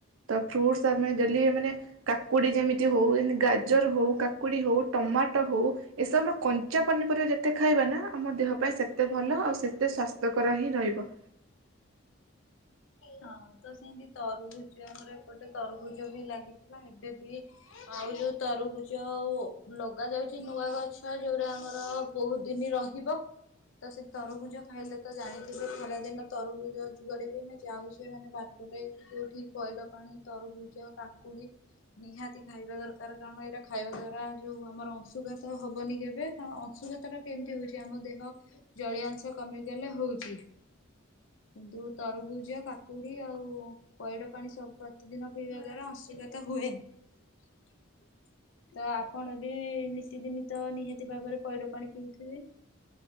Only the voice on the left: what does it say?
ହଁ ତ ସେମତି ତରଭୁଜ ଆମର ଏପଟେ ତରଭୁଜ ବି ଲାଗିଥିଲା ଏବେ ବି ଆଉ ଯୋଉ ତରୁଭୁଜ ଲଗାଯାଉଛି ନୂଆ ଗଛ ଯୋଉଟା ଆମର ବହୁତ ଦିନ ରହିବ। ତ ସେ ତରଭୁଜ ଖାଇଲେ ତ ଜାଣିଥିବେ ଖରାଦିନ ତରଭୁଜ ଯୁଆଡିବି ମି ଯାଉଛେ ମାନେ ବାଟରେ ଯୋଉଠି ପଇଡ ପାଣି ତରଭୁଜ, କାକୁଡି ନିହାତି ଖାଇବା ଦରକାର କାରଣ ଏଇଟା ଖାଇବା ଦ୍ଵାରା ଯୋଉ ଆମର ଅଂଶୁଘାତ ହବନି କେବେ କାରଣ ଅଂଶୁଘାତଟା କେମିତି ହଉଛି ଆମ ଦେହ ଜଳୀୟଂଶ କମିଗଲେ ହଉଛି। କିନ୍ତୁ ତରଭୁଜ ଜ କାକୁଡି ଆଉ ପଇଡ଼ ପାଣି ସବୁ ପ୍ରତିଦିନ ପିଇବା ଦ୍ଵାରା ଅଂଶୁଘାତ ହୁଏନି। <inaudible> ତ ଆପଣ ବି ନିତିଦିନ ତ ନିହାତି ଭାବରେ ପଇଡ ପାଣି ପିଉଥିବେ।